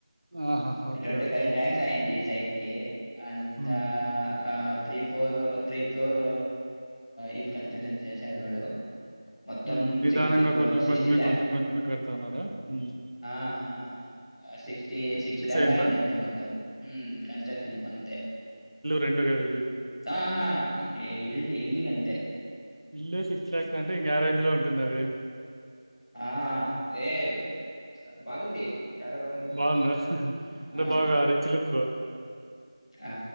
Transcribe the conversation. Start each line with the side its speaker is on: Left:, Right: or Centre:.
Right: ఆహాహా! Okay.
Centre: Twenty
Right: okay.
Centre: Five lakhs అయింది సైట్. కే అంతా
Right: హ్మ్.
Centre: ఆ త్రీ ఫోర్ త్రీ ఫ్లోర్ ఇల్ కన్ స్ట్రక్షన్ చేసారు వాడు మొత్తం
Right: హ్మ్. నిదానంగా
Centre: సిక్స్. సిక్స్టీ క్రొ
Right: కొంచెం
Centre: సిక్స్టీ
Right: కొంచెమే,
Centre: ల్యాక్
Right: కొంచెం కొంచెమే కడతన్నారా? హ్మ్.
Centre: ఆహా ఆహా సిక్స్టీ సిక్స్టీ ల్యాక్
Right: అయిందా?
Centre: అయింది అంతే మొత్తం కన్ స్ట్రక్షన్ అంతే.
Right: రెండు గల్పి.
Centre: ఆహా ఇల్ ఇల్లు అంతే.
Right: ఇల్లే సిక్స్ ల్యాక్స్ అంటే ఇంగ యారేంజ్ లో ఉంటుంది అది.
Centre: ఆ వేరె ఏ చ బాగుంది. చాలా బాగుంది.
Right: బాగుందా అంటే
Centre: ఆ!
Right: బాగా రిచ్ లుక్.
Centre: ఆ